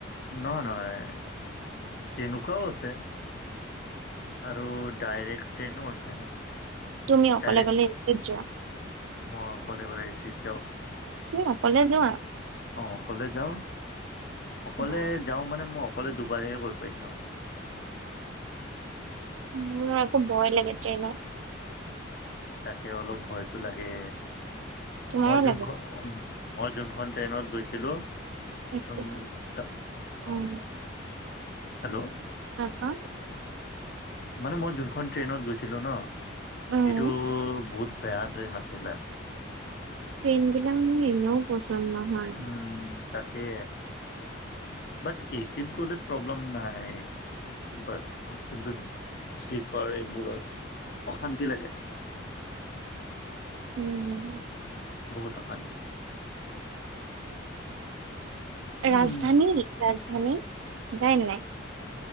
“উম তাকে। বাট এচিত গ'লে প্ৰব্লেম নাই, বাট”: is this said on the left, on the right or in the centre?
Left